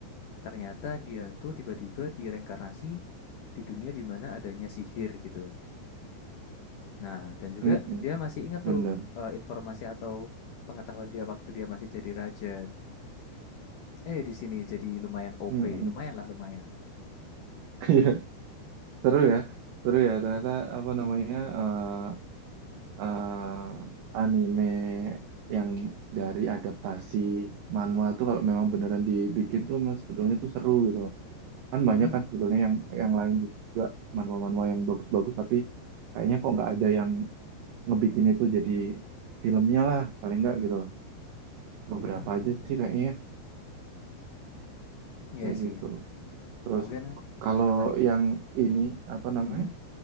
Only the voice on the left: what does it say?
ternyata dia tuh tiba-tiba direinkarnasi di dunia dimana adanya sihir gitu. Nah, dan juga
dia masih ingat
tuh eh, informasi atau pengetahuan dia waktu dia masih jadi raja. Eh, di sini jadi lumayan OP,
lumayan lah lumayan.
Hmm,
hmm, hmm,
hmm.
iya
sih.
Mungkin
apa nih?
Hmm,